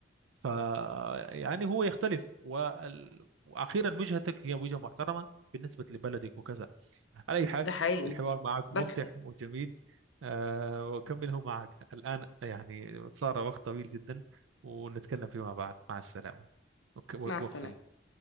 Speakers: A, on the right; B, on the left.
A: ف يعني هو يختلف وال... واخيرا وجهتك هي وجهه محترمه بالنسبه لبلدك وكذا على اي حال
B: ده حقيقي
A: الحوار معك ممتع
B: بس
A: وجميل أه وأكمله معك الآن يعني صار وقت طويل جدا ونتكلم فيما بعد مع السلامة وك-
B: مع السلامة
A: وأقفل